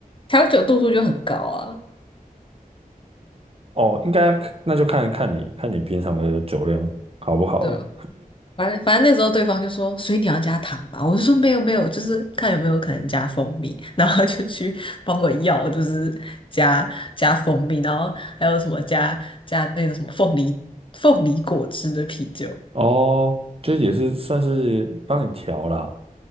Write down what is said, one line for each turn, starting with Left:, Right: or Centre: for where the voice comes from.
Left: 调酒度数就很高啊，
Right: 哦，应该那就看看你看你平常的酒量好不好了。
Left: 对啊，反正反正那时候对方就说，所以你要加糖吧？我就说没有没有，就是看有没有可能加蜂蜜。然后他就去帮我要，就是加加蜂蜜，然后还有什么加加那个什么凤梨凤梨果汁的啤酒。
Right: 哦，这也是算是帮你调啦，